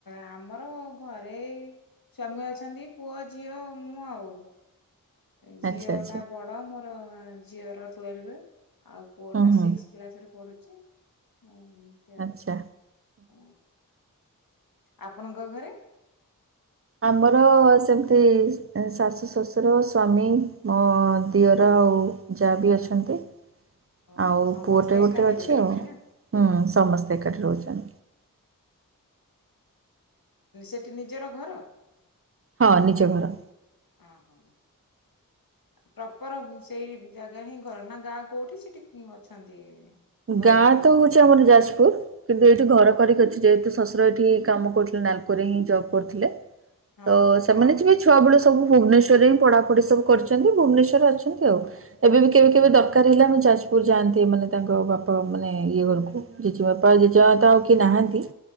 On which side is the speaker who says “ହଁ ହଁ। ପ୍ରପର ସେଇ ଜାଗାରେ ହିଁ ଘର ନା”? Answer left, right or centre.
Left